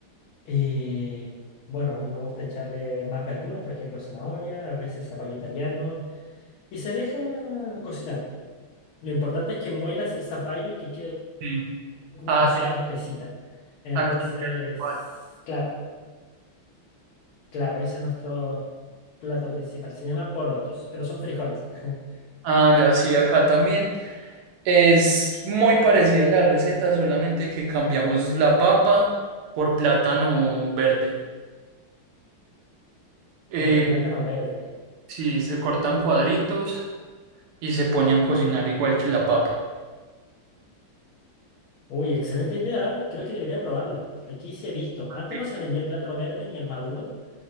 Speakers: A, on the left; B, on the right.
A: Y bueno, a mí me gusta echarle más verduras, por ejemplo, zanahoria, a veces zapallo italiano, y se deja cocinar. Lo importante es que muelas el zapallo y que quede
B: sí.
A: como
B: Ah,
A: una sopa
B: sí,
A: espesita. Entonces,
B: aquí sí, así igual.
A: claro, claro, ese es nuestro plato principal. Se llama porotos, pero son frijoles. <laughs>
B: Ah, ya sí, acá también. Es muy parecida a la receta, solamente que cambiamos la papa por plátano verde. Eh,
A: Por plátano verde.
B: sí, se cortan cuadritos y se ponen a cocinar igual que la papa.
A: Uy, excelente idea. ¿eh? Creo que debería probarlo. Aquí sí he visto. Antes
B: Y
A: no se vendía el plátano verde ni el maduro.